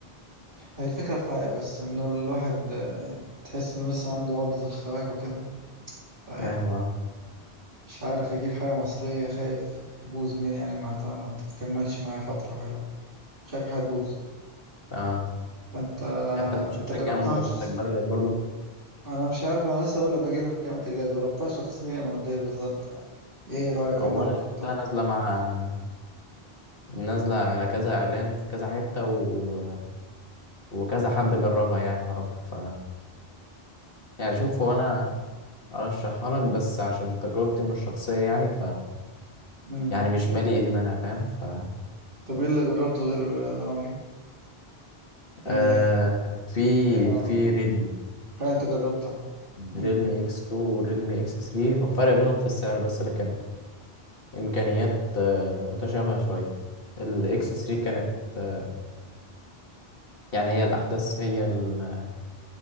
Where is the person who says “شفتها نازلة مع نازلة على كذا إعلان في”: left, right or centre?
Left